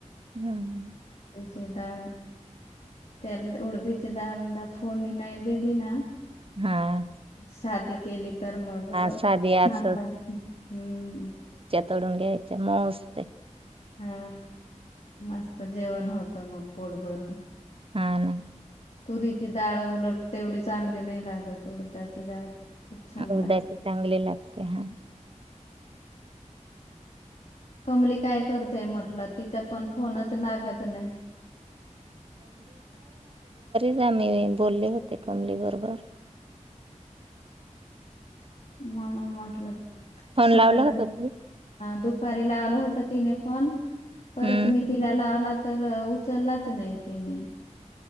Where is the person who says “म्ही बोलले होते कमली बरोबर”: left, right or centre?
Right